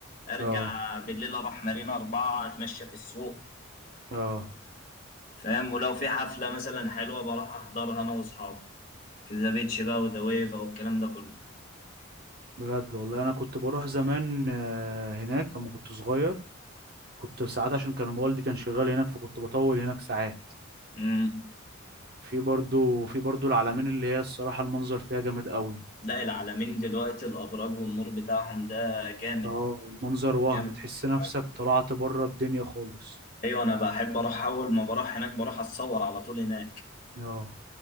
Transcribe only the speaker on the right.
اه
اه
بجد والله انا كنت بروح زمان آه، هناك لما كنت صغير كنت ساعات عشان كان والدي كان شغال هناك فكنت بطول هناك ساعات
في برضو في برضو العلمين اللي هي الصراحة المنظر فيها جامد قوي
اه المنظر وهم
تحس نفسك
طلعت بره الدنيا خالص
اه